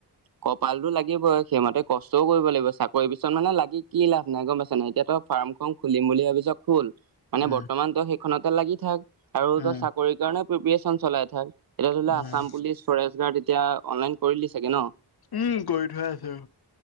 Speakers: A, on the right; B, on the left.
A: কপালটো লাগিবই, সেইমতে কষ্টও কৰিব লাগিব। চাকৰি পিছত মানে লাগি কি লাভ নাই গম পাইছা নাই, এতিয়াতো ফাৰ্মখন খুলিম বুলি ভাবিছ খোল মানে
B: উম।
A: বৰ্তমান তই সেইখনতে লাগি থাক আৰু
B: উম,
A: চাকৰিৰ কাৰণেও প্ৰিপেৰেচন চলাই থাক। এতিয়া ধৰি
B: উম,
A: ল' আচাম পুলিচ, ফৰেষ্ট গাৰ্ড, এতিয়া অনলাইন কৰিল চাগে ন।
B: উম্, কৰি থোৱা আছো।